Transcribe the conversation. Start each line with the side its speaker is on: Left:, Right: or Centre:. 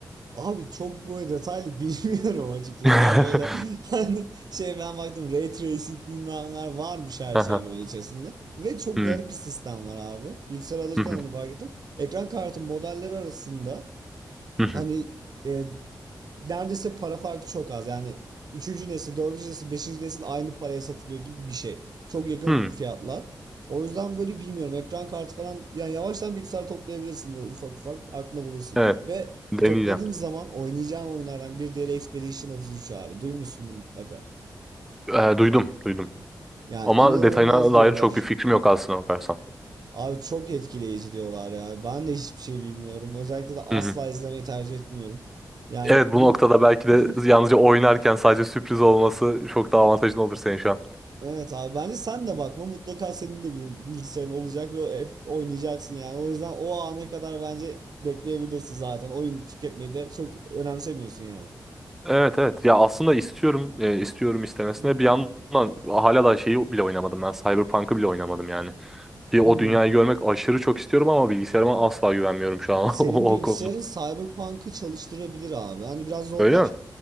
Right: Abi çok böyle detaylı <laughs> bilmiyorum açıkçası
Centre: <laughs>
Right: ama böyle <laughs> hani şey ben baktım ray tracing bilmem neler varmış her
Centre: Aha.
Right: şey böyle içerisinde. Ve çok
Centre: Hmm,
Right: garip bir sistem var abi. Bilgisayar alırken
Centre: hı hı,
Right: onu fark ettim. Ekran kartı modelleri arasında
Centre: hı hı,
Right: Hani e, neredeyse para farkı çok az. Yani üçüncü nesil, dördüncü nesil, beşinci nesil aynı paraya satılıyor gibi bir şey. Çok yakın
Centre: hmm.
Right: fiyatlar. O yüzden böyle bilmiyorum. Ekran kartı falan yani yavaştan bilgisayar toplayabilirsin böyle ufak ufak aklına bulursun.
Centre: Evet
Right: Ve
Centre: deneyeceğim.
Right: bu topladığım zaman oynayacağım oyunlardan bir diğeri Expedition 33 abi. Duymuşsundur mutlaka.
Centre: E, duydum duydum
Right: Yani
Centre: ama
Right: inanılmaz
Centre: detayına dair
Right: diyorlar.
Centre: çok bir fikrim yok aslına bakarsan.
Right: Abi çok etkileyici diyorlar ya. Ben de hiçbir şey bilmiyorum. Özellikle de asla
Centre: Hı hı.
Right: izlemeyi tercih etmiyorum. Yani
Centre: Evet
Right: bir
Centre: bu noktada belki de
Right: <laughs>
Centre: yalnızca oynarken sadece sürpriz olması çok daha avantajlı olur senin şu an.
Right: Evet abi bence sen de bakma mutlaka senin de bir bilgisayarın olacak ve hep oynayacaksın yani. O yüzden o ana kadar bence bekleyebilirsin zaten. Oyun tüketmeyi de çok önemsemiyorsun yani.
Centre: Evet evet. Ya aslında istiyorum e, istiyorum istemesine
Right: <laughs>
Centre: bir yandan hala da şeyi bile oynamadım ben. Cyberpunk'ı bile oynamadım yani. Ki o
Right: Hmm.
Centre: dünyayı görmek aşırı çok istiyorum ama bilgisayarıma asla güvenmiyorum şu an
Right: Senin
Centre: <laughs> o,
Right: bilgisayarın
Centre: o konuda.
Right: Cyberpunk'ı çalıştırabilir abi. Hani biraz zorlar.
Centre: Öyle mi?